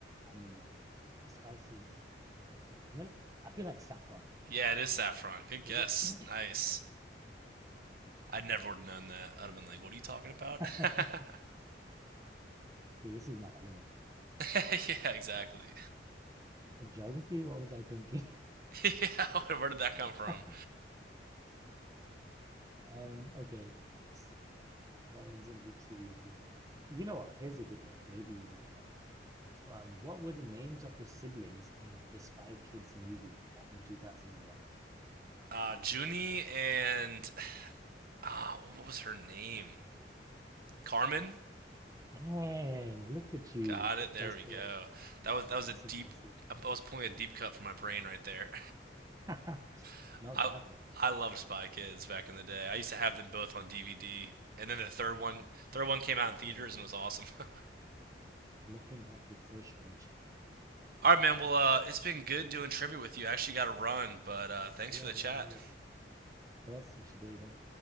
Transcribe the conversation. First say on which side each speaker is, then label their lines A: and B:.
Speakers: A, on the right; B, on the right.
A: and A spice is taken from. the- I'm gonna. I feel like saffron.
B: Yeah, it is saffron. Good
A: Is
B: guess.
A: it? <coughs> <clears throat>
B: Nice.
A: Nice.
B: I never would have known that.
A: Yeah.
B: I'd have been like, "What are you talking about?"
A: <laughs>
B: <laughs>
A: Dude, this is my element.
B: yeah, exactly.
A: In geography, what was I thinking?
B: <laughs> yeah, where did that come from?
A: <laughs> Um, okay. s- That one's gonna be too easy. You know what? Here's a good one. Maybe you might not know. Um, what were the names of the siblings in the Spy Kids movie back in 2001?
B: Uh, Junie and ah, what was her name? Carmen.
A: Dang, look at you.
B: Got it. There
A: That's
B: we
A: correct.
B: go. That was that was
A: That's
B: a deep.
A: impressive.
B: I was pulling a deep cut from my brain right there.
A: <laughs>
B: <laughs>
A: Not
B: I
A: bad though.
B: I loved Spy Kids back in the day. I used to have them both on DVD. And then the third one, third one came out in theaters
A: Mm.
B: and was awesome. <laughs>
A: Looking back, it's so strange.
B: All right, man. Well, uh, it's been good doing trivia with you. I actually got to run, but uh, thanks
A: Yeah,
B: for the chat.
A: no worries. Of course, we should do it again.